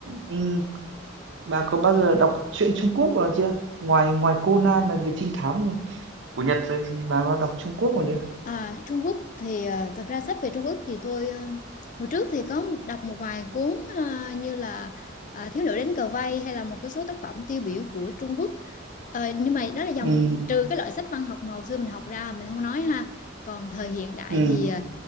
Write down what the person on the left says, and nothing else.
À, Trung Quốc thì ờ, thật ra sách về Trung Quốc thì tôi ờ, hồi trước thì có đọc một vài cuốn ờ, như là ờ, Thiếu nữ đến cờ vây hay là một cái số tác phẩm tiêu biểu của Trung Quốc Ờ, nhưng mà đó là dòng
trừ cái loại sách văn học mà hồi xưa mình học ra mình không nói ha còn thời hiện đại
thì ờ,